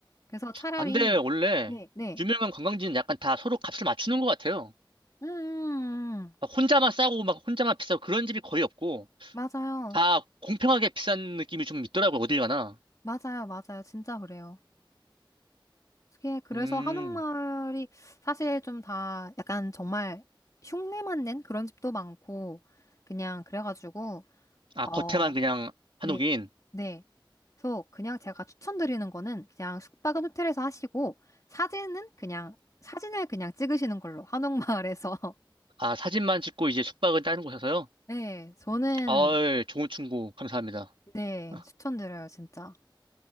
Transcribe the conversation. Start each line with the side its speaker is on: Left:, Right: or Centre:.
Left: 그래서 차라리
Right: 안데 원래
Left: 네, 네.
Right: 유명한 관광지는 약간 다 서로 값을 맞추는 것 같아요.
Left: 음,
Right: 막 혼자만 싸고 막 혼자만 비싸고 그런 집이 거의 없고
Left: 맞아요.
Right: 다 공평하게 비싼 느낌이 좀 있더라고요. 어딜 가나.
Left: 맞아요. 맞아요. 진짜 그래요. 그게 그래서
Right: 음,
Left: 한옥마을이 사실 좀 다 약간 정말 흉내만 낸 그런 집도 많고, 그냥 그래가지고,
Right: 아,
Left: 어,
Right: 겉에만 그냥 한옥인.
Left: 네. 네. 그래서 그냥 제가 추천드리는 거는 그냥 숙박은 호텔에서 하시고, 사진은 그냥, 사진을 그냥 찍으시는 걸로, 한옥마을에서. <laughs>
Right: 아, 사진만 찍고 이제 숙박은 다른 곳에서요?
Left: 네. 저는,
Right: 어이, 좋은 충고 감사합니다.
Left: 네.
Right: 아,
Left: 추천드려요. 진짜.